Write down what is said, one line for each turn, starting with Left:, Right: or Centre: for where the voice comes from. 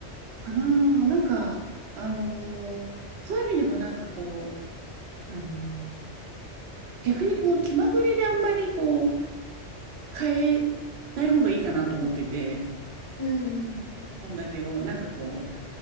Right: かな、なんか、あのーそういう意味ではなんかこう、あの逆にこう気まぐれであんまりこう変えない方がいいかなと思ってて、
Left: うんうん。うんうん。
Right: 献立をなんかこう、